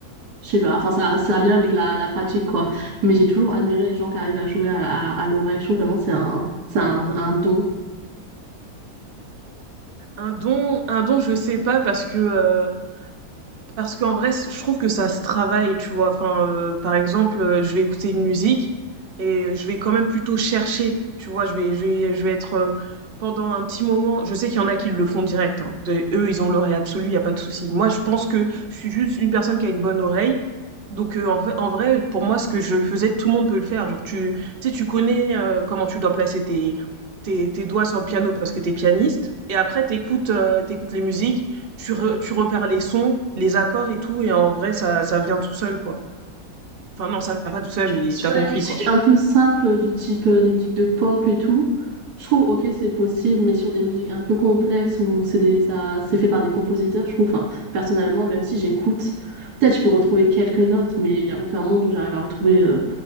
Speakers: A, on the right; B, on the right.
A: je sais pas, enfin ça, ça vient avec la, la pratique quoi. Mais j'ai toujours admiré les gens qui arrivent à jouer à, à, à l'oreille. Je trouve vraiment c'est un, c'est un, un don.
B: Un don, un don, je sais pas, parce que euh, Parce qu'en vrai, c je trouve que ça se travaille, tu vois? Enfin, heu, par exemple, heu, je vais écouter une musique et je vais quand même plutôt chercher, tu vois? Je vais je vais je vais être, heu, pendant un petit moment je sais qu'il y en a qui le font direct, hein. Des eux, ils ont l'oreille absolue, y a pas de souci. Moi, je pense que je suis juste une personne qui a une bonne oreille, donc heu, en fait en vrai, pour moi, ce que je faisais, tout le monde peut le faire. Genre tu tu sais, tu connais, heu, comment tu dois placer tes tes tes doigts sur le piano parce que t'es pianiste et après t'écoutes écoutes, heu, les musiques tu, re- tu repères les sons, les accords et tout, et en vrai, ça, ça vient tout seul, quoi. Enfin, non, ça vient pas tout seul, mais
A: Sur
B: t'as compris,
A: les musiques
B: quoi.
A: un peu simples, du type euh, des musiques de pop et tout, je trouve, ok, c'est possible, mais sur des musiques un peu complexes où c'est des, ça, c'est fait par des compositeurs, je trouve, enfin, personnellement, même si j'écoute, peut-être je peux retrouver quelques notes, mais il n'y a aucun monde où j'arrive à retrouver euh,